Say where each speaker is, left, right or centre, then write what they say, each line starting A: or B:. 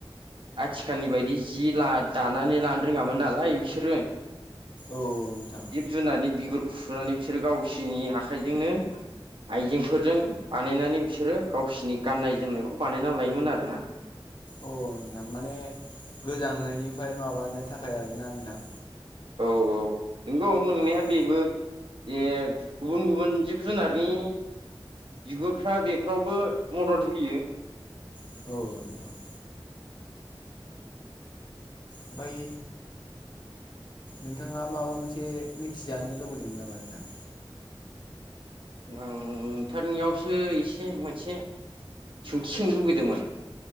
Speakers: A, on the right; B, on the left.
A: आथिखालनि बायदि जि दानानै लानो रोङामोन नालाय बिसोरो
B: औ नोंथां
A: जिब जुनारनि बिगुरखौ फुनानै बिसोरो गावसिनि आखाइजोंनो आइजेंफोरजों बानायनानै बिसोरो गावसिनि गाननाय जोमनायखौ बानायना लायोमोन आरो ना
B: अ नोंथां माने गोजांनायनिफ्राय माबानो थाखाय आरोना नोंथां।
A: औ औ नंगौ नोंनाया
B: औ
A: बेबो जे गुबुन गुबुन जिब जुनारनि बिगुरफ्रा बेफोरावबो मदद होयो
B: औ ओमफ्राय नोंथाङा माबा मोनसे मिथिजानो लुबैदोंमोन नामा नोंथां
A: आं नोंथारनियावसो एसे मोनसे सोंथि सोंनो लुबैदोंमोन